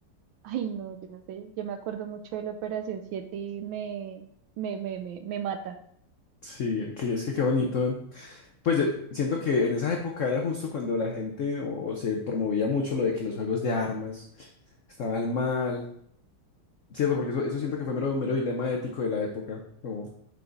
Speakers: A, on the right (about 75°); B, on the left (about 65°).
A: Ay, no, yo no sé. Yo me acuerdo mucho de la Operación Siete y me, me, me, me, me mata.
B: Sí, que es que qué bonito. Pues yo siento que en esa época era justo cuando la gente o se promovía mucho lo de que los juegos de armas estaban mal, ¿cierto? Porque eso, eso siento que fue mero, mero dilema ético de la época, como